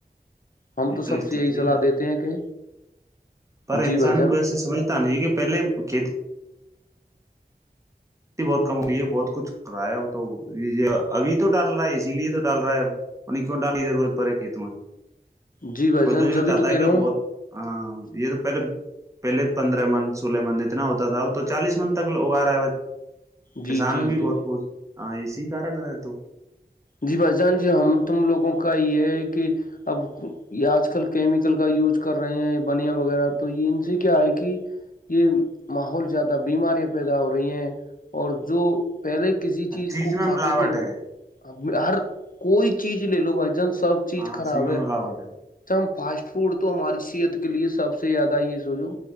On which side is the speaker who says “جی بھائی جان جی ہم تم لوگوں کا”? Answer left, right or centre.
Left